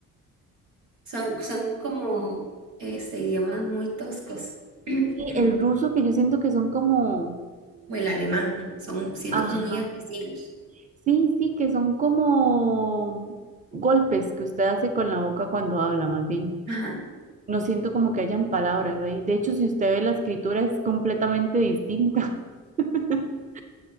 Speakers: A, on the right; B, on the right.
A: Son, son como este, idiomas muy toscos.
B: Y
A: <clears throat>
B: el ruso que yo siento que son como,
A: O el alemán, son, siento
B: ajá,
A: que son muy agresivos.
B: sí, sí, que son como golpes que usted hace con la boca cuando habla, más bien.
A: Ajá.
B: No siento como que hayan palabras ahí. De hecho, si usted ve la escritura es completamente distinta. <laughs>